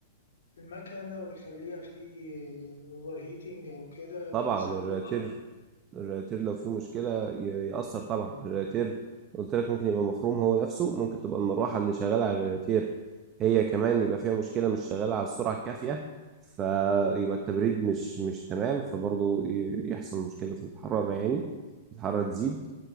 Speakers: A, on the left; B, on the right.
A: المكنة ويخليها في اوفر هيتنج او كده
B: طبعا
A: فيسبب
B: الرياتير الرياتير لو فيه مشكلة ي- يأثر طبعا الرياتير قلت لك ممكن يبقى مخروم هو نفسه ممكن تبقى المروحة اللي شغالة على الرياتير هي كمان يبقى فيها مشكلة مش شغالة على السرعة الكافية فيبقى التبريد مش مش تمام فبرضه ي- يحصل مشكلة في الحرارة يعني الحرارة تزيد